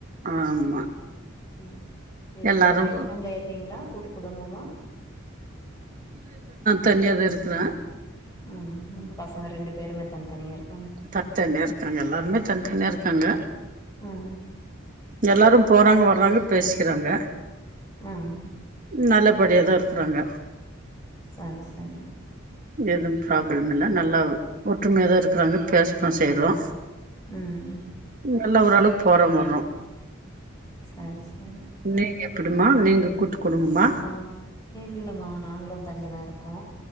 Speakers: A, on the right; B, on the left.
A: ஆமா
B: ம் எல்லா
A: எல்லாரும்
B: ஜாயின் ஃபேமிலியா இருக்கீங்களா கூட்டு குடும்பமா
A: தனியாதா இருக்குற
B: ம் உங்க பசங்க ரெண்டு பேருமே தனி தனியா இருக்
A: தனித்தனியா இருக்காங்க எல்லாருமே தனித்தனியா இருக்காங்க
B: ம்
A: எல்லாரு போறாங்க வர்றாங்க பேசிக்கிறாங்க
B: ம்
A: நல்லபடியாதா இருக்குறாங்க
B: சார் சாரி
A: எதும் பிராபுளம் இல்ல நல்லா ஒற்றுமையாதா இருக்குறாங்க பேசதா செய்றோ
B: ம்
A: எல்லா ஓரளவுக்கு போறோ வர்றோ
B: சேர் சேரி
A: நீங்க எப்டிமா நீங்க கூட்டு குடும்பமா
B: நா இல்லம்மா நாங்களும் தனியாதா இருக்கோ